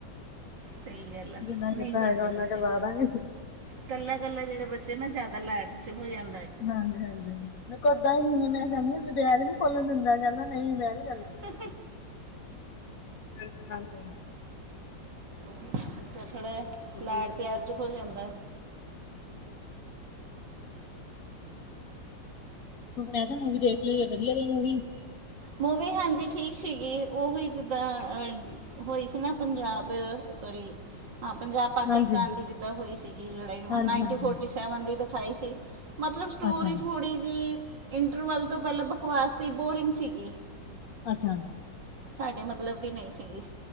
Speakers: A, on the right; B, on the left.
A: ਸਹੀ ਗੱਲ ਆ
B: ਜਿੰਨਾ
A: ਨਹੀਂ
B: ਕਿੱਤਾ
A: ਕਰਦੇ
B: ਹੋਏਗਾ
A: ਬੱਚੇ
B: ਓਨਾ ਕਰਵਾਦਾਂਗੇ।
A: ਕੱਲਾ ਕੱਲਾ ਜਿਹੜੇ ਬੱਚੇ ਨਾ ਜੈਦਾ ਲਾਡ ਚ ਹੋ ਜਾਂਦੇ।
B: ਹਾਂਜੀ ਹਾਂਜੀ ਮੈਂ ੳਦਾਂ ਹੀ ਨਹੀਂ ਆ ਮੈਂ ਕਹਿੰਨੀ ਆ ਬੈਗ ਨੀ ਖੋਲਨ ਦਿੰਦਾ ਕਹਿੰਦਾ ਨਹੀਂ ਮੈਂ ਨਈ
A: <unintelligible> ਉਹ
B: ਹਾਂਜੀ ਹਾਂਜੀ
A: ਵੀ ਨਾ ਸੱਚਾ ਥੜਾ
B: ਹੋਰ
A: ਲਾਡ ਪਿਆਰ ਚ ਹੋ ਜਾਂਦਾ
B: ਤੂੰ ਮੈਂ ਕਿਹਾ ਮੂਵੀ ਦੇਖ ਲਈ ਹੈ ਵਧੀਆ ਰਹੀ ਮੂਵੀ
A: ਮੂਵੀ ਹਾਂਜੀ ਠੀਕ ਸੀਗੀ ਉਹੀ ਜਿੱਦਾਂ ਅ ਹੋਈ ਸੀ ਨਾ ਪੰਜਾਬ ਸੋਰੀ ਹਾਂ ਪੰਜਾਬ ਪਾਕਿਸਤਾਨ
B: ਹਾਂਜੀ
A: ਦੀ ਜਿੱਦਾਂ ਹੋਈ ਸੀਗੀ ਲੜਾਈ
B: ਹਾਂਜੀ
A: ਨਾਈਨਟੀ
B: ਹਾਂਜੀ
A: ਫੋਰਟੀ ਸੈਵਨ ਦੀ ਦਿਖਾਈ ਸੀ। ਮਤਲਬ ਸਟੋਰੀ
B: ਅੱਛਾ
A: ਥੋੜ੍ਹੀ ਜਿਹੀ ਇੰਟਰਵਲ ਤੋਂ ਪਹਿਲਾਂ ਬਕਵਾਸ ਸੀ ਬੋਰਿੰਗ ਸੀਗੀ।
B: ਅੱਛਾ
A: ਸਾਡੇ ਮਤਲਬ ਵੀ ਨਹੀਂ ਸੀਗੀ